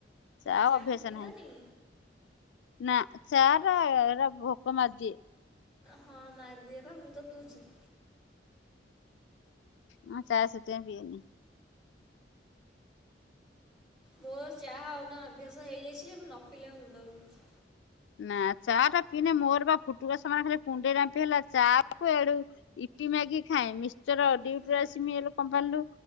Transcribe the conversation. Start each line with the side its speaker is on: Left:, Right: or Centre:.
Left: ଚା‌
Centre: ଚାହା
Left: ଅଭ୍ୟାସ
Centre: ପିଅନି
Left: ନାହିଁ। ନାଁ ଚାଟା ଏରା ଭୋକ ମାର୍ଦିଏ।
Centre: ହଁ ମାର୍ଦିଏ ପା ମୁଁ ତ ପିଉଚି।
Left: ମୁଁ ଚା ସେଥିପାଇଁ ପିଏନି।
Centre: ମୋ ଚା‌ ଉନା ଅଭ୍ୟାସ ହେଇଯାଇଛି ଯେ ମୁଁ ନ ପିଲେ ମୋ ମୁଣ୍ଡ ବିନ୍ଧୁଚୀ।
Left: ନା ଚା ଟା ପିନେ ମୋର ବା ଫୁଟୁକା ସମାନେ ଖାଲି କୁଣ୍ଡେଇ ରାମ୍ପି ହେଲା ଚା କୁ ଏଡୁ ଇପି ମ୍ୟାଗି ଖାଏ, ମିସ୍ଚର ଡିଉଟି
Centre: ହୁଁ
Left: ରୁ ଆସ୍ମି ଏଲେ କମ୍ପାନ୍ଲୁ।